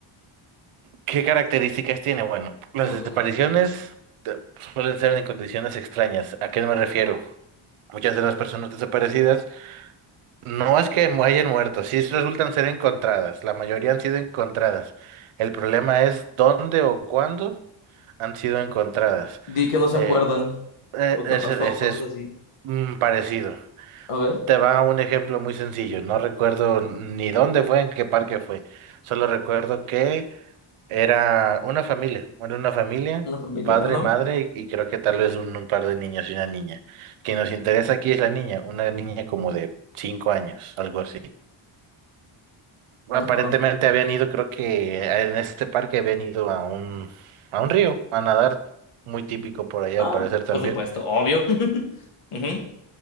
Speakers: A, on the right (about 80°); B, on the left (about 85°).
A: ¿Qué características tiene? Bueno, las
B: A
A: desapariciones
B: ver.
A: eh, suelen ser en condiciones extrañas. ¿A qué me refiero? Muchas de las personas desaparecidas no es que mu- hayan muerto, sí resultan ser encontradas. La mayoría han sido encontradas. El problema es dónde o cuándo han sido encontradas.
B: Di que no se
A: Eh,
B: acuerdan
A: eh,
B: lo que
A: ese,
B: pasó,
A: ese
B: cosas
A: es
B: así.
A: mm, parecido.
B: A ver,
A: Te va un ejemplo muy sencillo. No recuerdo ni dónde fue, en qué parque fue. Solo recuerdo que era una familia, era una familia,
B: la familia,
A: padre,
B: ajá,
A: madre y, y creo que tal vez un, un par de niños y una niña. Quien nos interesa aquí es la niña, una niña como de cinco años, algo así. Aparentemente
B: ajá.
A: habían ido, creo que en este parque habían ido a un, a un río a nadar, muy típico por allá
B: Ah,
A: al parecer también.
B: por supuesto, obvio. <laughs> Ujú.